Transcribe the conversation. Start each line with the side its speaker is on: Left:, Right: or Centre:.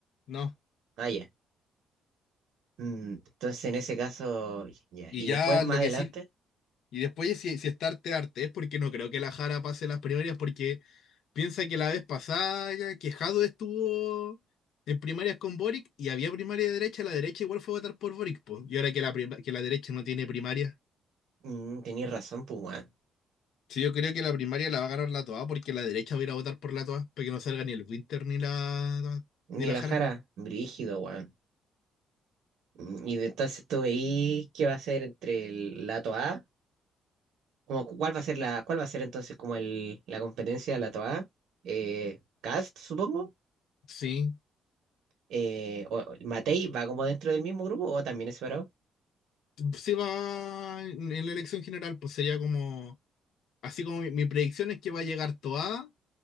Left: No.
Right: Ah, ya. Mm, entonces en ese caso, ya.
Left: Y
Right: Y
Left: ya
Right: después más
Left: lo
Right: adelante,
Left: que sí. Y después, si, si está arte, arte, es porque no creo que la Jara pase las primarias porque piensa que la vez pasada ya que Jado estuvo en primarias con Boric y había primaria de derecha, la derecha igual fue a votar por Boric, po. Y ahora que la, prim- que la derecha no tiene primaria.
Right: mm, tenías razón, pues, weón.
Left: Sí, yo creo que la primaria la va a ganar la Toa porque la derecha va a ir a votar por la Toa para que no salga ni el Winter ni la
Right: Ni
Left: ni la
Right: la
Left: Jara.
Right: Jara, brígido, weón. Mm, Y de- entonces tú veís qué va a ser entre el, la TOA, como cu- cuál va a ser la, cuál va a ser entonces como el, la competencia de la TOA, eh, Cast, supongo,
Left: Sí,
Right: eh, o o Matei va como dentro del mismo grupo o también es separado.
Left: sí va en en la elección general, pues sería como, así como mi, mi predicción es que va a llegar Toa,